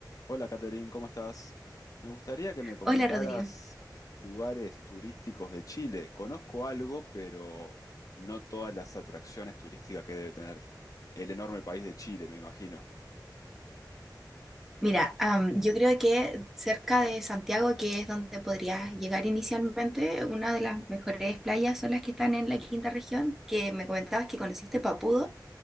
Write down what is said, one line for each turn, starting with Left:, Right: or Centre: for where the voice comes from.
Left: Hola, Caterín, ¿cómo estás? Me gustaría que me comentaras
Centre: Hola Rodrigo.
Left: lugares turísticos de Chile. Conozco algo, pero no todas las atracciones turísticas que debe tener el enorme país de Chile, me imagino.
Centre: Mira, am, yo creo que cerca de Santiago, que es donde podrías llegar inicialmente, una de las mejores playas son las que están en la quinta región, que me comentabas que conociste Papudo,